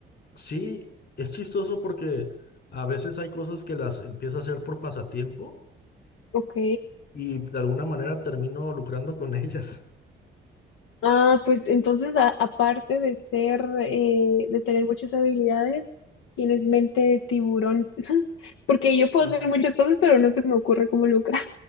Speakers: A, on the left; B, on the left.
A: sí, es chistoso porque a veces hay cosas que las empiezo a hacer por pasatiempo
B: Ok,
A: y de alguna manera termino lucrando con <laughs> ellas.
B: Ah, pues entonces, a- aparte de ser, eh, de tener muchas habilidades, tienes mente de tiburón. <laughs> Porque yo puedo
A: Ah.
B: hacer muchas cosas, pero no se me ocurre cómo lucrar.